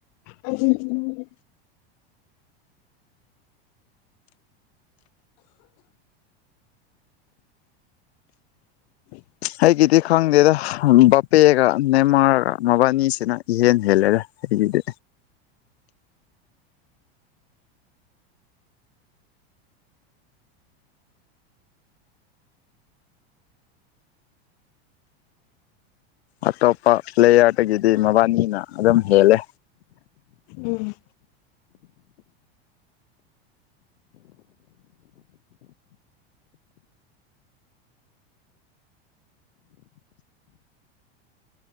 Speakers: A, on the left; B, on the left.
A: ꯑꯔꯖꯦꯟꯇꯤꯅꯥꯒ <inaudible>
B: ꯑꯩꯒꯤꯗꯤ ꯈꯪꯗꯦꯗ ꯕꯥꯄꯦꯒ ꯅꯦꯃꯥꯔꯒ ꯃꯕꯥꯅꯤꯁꯤꯅ ꯏꯍꯦꯟ ꯍꯦꯜꯂꯦꯗ ꯑꯩꯒꯤꯗꯤ ꯑꯇꯣꯞꯄ ꯄ꯭ꯂꯦꯌꯥꯔꯗꯒꯤꯗꯤ ꯃꯕꯥꯅꯤꯅ ꯑꯗꯨꯝ ꯍꯦꯜꯂꯦ
A: ꯎꯝ